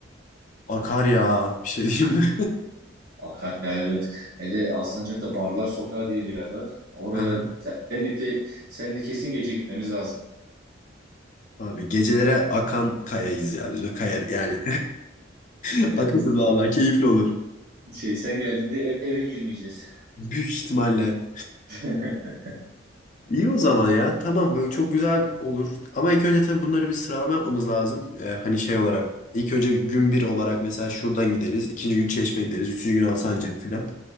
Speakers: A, on the left; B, on the right.
A: Akar ya. Bir şey diyeyim mi?
B: Akar, evet. Hele Alsancak'ta Barlar Sokağı diye bir yer var. Oraya
A: <laughs> Aha.
B: seninle de, seninle kesin gece gitmemiz lazım.
A: Abi gecelere akan kayayız ya biz böyle kayar yani.
B: E,
A: <laughs> Akıllı
B: biz, biz-
A: valla keyifli olur.
B: şey sen geldiğinde ev- eve girmeyeceğiz.
A: Büyük ihtimalle.
B: <laughs>
A: İyi o zaman ya. Tamam böyle çok güzel olur. Ama ilk önce tabii bunları bir sıralama yapmamız lazım. Ee, hani şey olarak. İlk önce gün bir olarak mesela şuradan gideriz. ikinci gün Çeşme gideriz. Üçüncü gün Alsancak filan.